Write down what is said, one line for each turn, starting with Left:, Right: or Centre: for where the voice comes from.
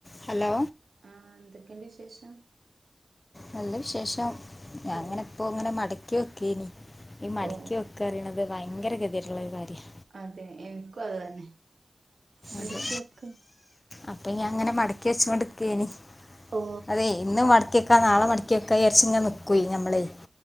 Left: Hello
Right: ആഹ എന്തൊക്കെയുണ്ട് വിശേഷം
Left: നല്ല വിശേഷം ഞാ
Right: ഓ
Left: അങ്ങനെ ഇപ്പോ ഇങ്ങനെ മടക്കി വെക്കനി ഈ മടക്ക്
Right: ഓ
Left: വെക്ക അറിയണത് ഭയങ്കര ഗതയിട്ള്ളൊരു കാര്യമാണ്
Right: അതെ എനിക്കും അത് തന്നെ മടക്കി
Left: അതെ അപ്പൊ ഞാൻ അങ്ങനെ മടക്കി വെച്ചോണ്ടിരിക്കേനി
Right: ഓ
Left: അതെ ഇന്ന് മടക്കിയക്കാ നാളെ മട ക്കെ ച്ചാരിച്ച് നിൽക്കും നമ്മളെയ്